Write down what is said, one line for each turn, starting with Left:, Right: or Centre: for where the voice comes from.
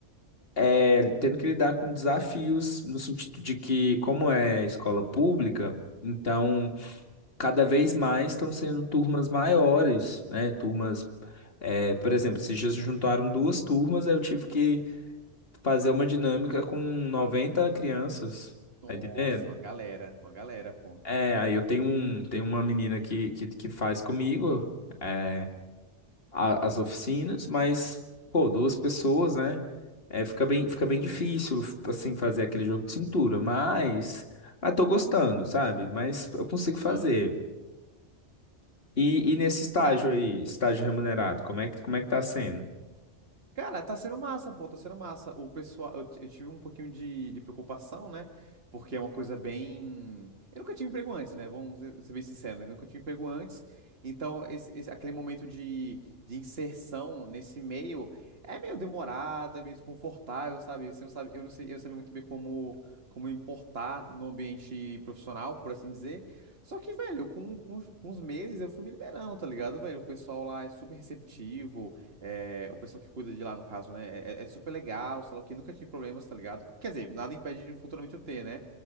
Left: é, tendo que lidar com desafios no sentido de que, como é escola pública, então cada vez mais estão sendo turmas maiores, né? Turmas, é, por exemplo, esses dias se juntaram duas turmas, aí eu tive que fazer uma dinâmica com 90 crianças,
Right: Nossa,
Left: tá entendendo?
Right: uma galera, uma galera, pô.
Left: É, aí eu tenho um, tenho uma menina que, que, que faz comigo. é, a- as oficinas, mas, pô, duas pessoas, né? É, fica bem, fica bem difícil, assim, fazer aquele jogo de cintura, mas, mas tô gostando, sabe? Mas eu consigo fazer.
Right: Ah,
Left: E, e nesse estágio
Right: cara,
Left: aí, estágio remunerado, como é que, como é que tá sendo?
Right: Cara, tá sendo massa, pô, tá sendo massa. O pessoal, eu, ti- eu tive um pouquinho de, de preocupação, né? Porque é uma coisa bem. Eu nunca tive emprego antes, né? Vamos ser ser bem sinceros, né? Eu nunca tive emprego antes. Então, esse, esse- aquele momento de, de inserção nesse meio é meio demorado, é meio desconfortável, sabe? Você não sabe, eu não sei, eu não sabia muito bem como, como importar no ambiente profissional, por assim dizer. Só que, velho, com, com, os- com os meses eu fui me liberando, tá ligado, velho? O pessoal lá é super receptivo. É, o pessoal que cuida de lá, no caso, né? É, é é super legal, sei lá o que, nunca tive problemas, tá ligado? Quer dizer, nada impede de futuramente eu ter, né?